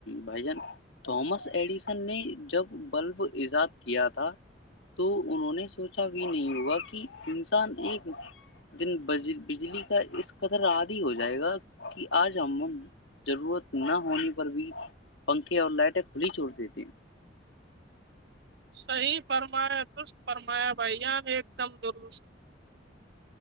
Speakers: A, on the left; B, on the right.
A: بھائی جان تھامس ایڈیسن نے جب بلب ایجاد کیا تھا تو انہوں نے سوچا بھی نہیں ہوگا کہ انسان ایک دن بجلی کا اس قدر عادی ہو جائے گا کہ آج ہم ضرورت نہ ہونی پر بھی پنکھے اور لائٹیں کھلی چھوڑ دیتی
B: صحیح فرمایا دست فرمایا بھائی جان ایک دم درست